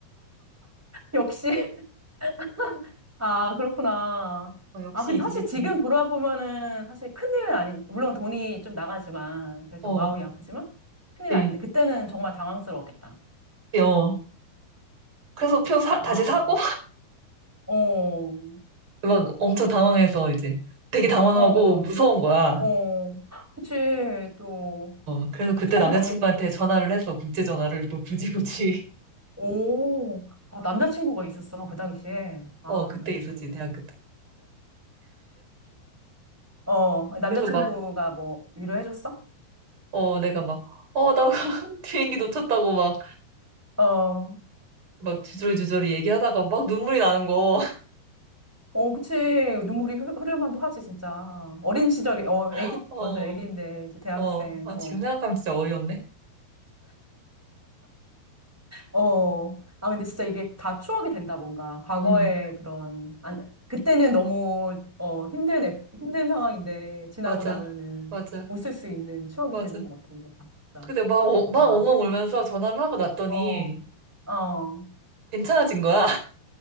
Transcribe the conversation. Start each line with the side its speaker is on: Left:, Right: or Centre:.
Centre: 역시, <laughs> 아, 그렇구나.
Right: 어, 역시
Centre: 아, 근데
Right: 이지젯
Centre: 사실
Right: 직원.
Centre: 지금 돌아보면은 사실 큰일은 아니, 물론 돈이 좀 나가지만, 그래서
Right: 어,
Centre: 마음이 아프지만, 큰일
Right: 네,
Centre: 아닌데, 그때는 정말 당황스러웠겠다.
Right: 네, 어. 그래서 표 사,
Centre: 아,
Right: 다시 사고,
Centre: 어,
Right: 막 엄청 당황해서 이제 되게 당황하고
Centre: 어,
Right: 무서운 거야.
Centre: 어. 그치, 또,
Right: 어, 그래서 그때
Centre: 처음
Right: 남자친구한테
Centre: 겪는 일이니까.
Right: 전화를 해서 국제 전화를 또 굳이 굳이
Centre: 오, 아, 남자친구가 있었어, 그 당시에.
Right: <laughs>
Centre: 아,
Right: 어 그때
Centre: 역시.
Right: 있었지 대학교 때.
Centre: 어, 남자친구가
Right: 그래서 막
Centre: 뭐 위로해줬어?
Right: 어 내가 막 어 나 <laughs> 비행기 놓쳤다고 막
Centre: 어,
Right: 막 주저리주저리 얘기하다가 막 눈물이 나는 거.
Centre: 어, 그치. 눈물이 흐- 흐르면도 하지, 진짜. 어린 시절이, 어, 애기,
Right: <laughs> 어,
Centre: 완전 애기인데, 이제 대학생.
Right: 어. 아
Centre: 어,
Right: 지금 생각하면 진짜 어이없네.
Centre: 어. 아, 근데 진짜 이게 다 추억이 된다, 뭔가. 과거의
Right: 음
Centre: 그런, 안, 그때는 너무, 어, 힘든, 애- 힘든 상황인데, 지나고
Right: 맞아
Centre: 나면은
Right: 맞아
Centre: 웃을 수 있는 추억이
Right: 맞아.
Centre: 되는 것 같아, 이게 다, 진짜.
Right: 근데 막, 어-
Centre: 아,
Right: 막 엉엉 울면서 전화를 하고 났더니
Centre: 어, 어.
Right: 괜찮아진 거야.